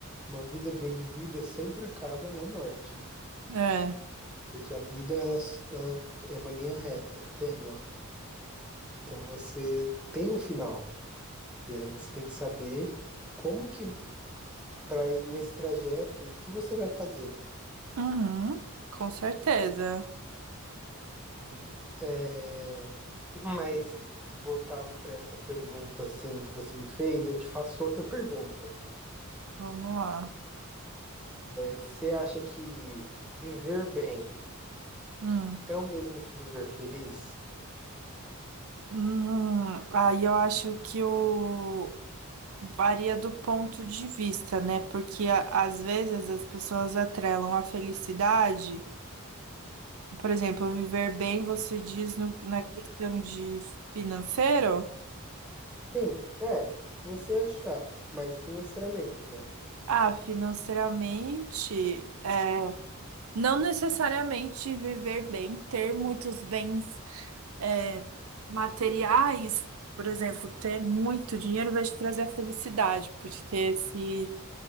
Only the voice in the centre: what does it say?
uma vida bem vivida sempre acaba na morte, né?
Porque a vida ela, ela é uma linha reta, tênua. Então você tem um final e aí você tem que saber como que para nesse trajeto o que você vai fazer.
Sim, é... mas voltado para essa pergunta assim que você me fez, eu te faço outra pergunta.
Você acha que viver bem
é o mesmo que viver feliz?
Sim, é. O que você achar, mas financeiramente, né?